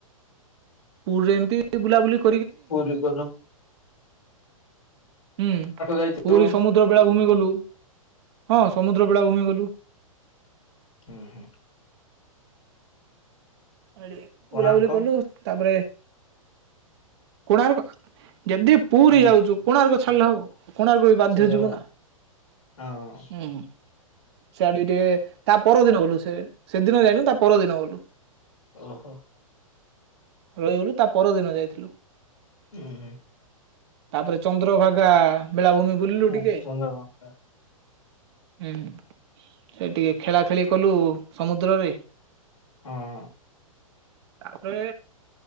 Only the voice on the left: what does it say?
କୋଉଠିକି କହିଲ?
ଯାଇଥିବ
ଅଁ, ହଁ।
କୋଣାର୍କ
ହଁ
ସେଇଟା
ପରା
ହଁ
ଓହୋ!
ହୁଁ ହୁଁ
ହଁ
ଚନ୍ଦ୍ରଭାଗା
ହଁ।